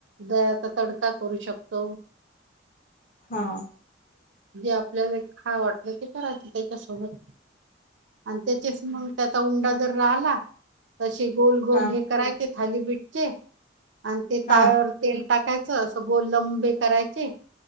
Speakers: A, on the right; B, on the left.
A: दह्या चा तडका करू शकतो.
B: हा
A: आपल्याला खाऊ वाटलं ते करायचं त्याच्यासोबत आणि त्याचेच मग त्यात. ता उंडा जर राहिला तसे गोल, -गोल
B: हा
A: हे करायचे थालीपीठचे. आणि ते
B: हा
A: ताव्यावर तेल टाकायचं अस गोललंंबे करायचे.